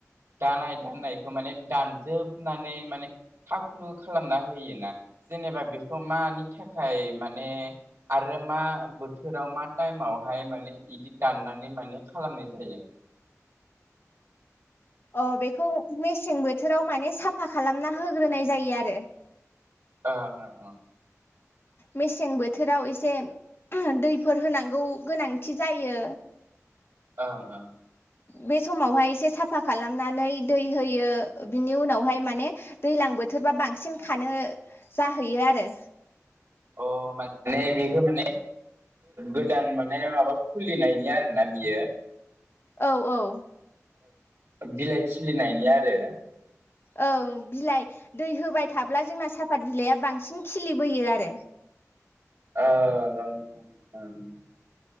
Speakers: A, on the right; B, on the left.
A: दानाय दानायखौ माने दानजोबनानै माने थाखाख्लु खालामना होयोना जेनेबा बेखौ मानि थाखाय माने आरो मा बोथोराव मा टाइमावहाय माने बिदि दाननानै माने खालामनाय जायो।
B: अ बेखौ मेसें बोथोराव माने साफा खालामना होग्रोनाय जायो आरो
A: ओ ओं ओं
B: मेसें बोथोराव एसे दैफोर होनांगौ गोनांथि जायो
A: ओं ओं
B: बे समावहाय एसे साफा खालामनानै दै होयो बिनि उनावहाय माने दैज्लां बोथोरबा बांसिन खानो जाहैयो आरो
A: अ माने बेखौ माने गोदान माने माबा खुलिनायनि आरोना बियो
B: औ औ
A: बिलाइ खिलिनायनि आरो
B: ओं बिलाइ दै होबाय थाब्ला जोंना साफात बिलाइआ बांसिन खिलिबोयो आरो
A: ओ ओं ओं ओं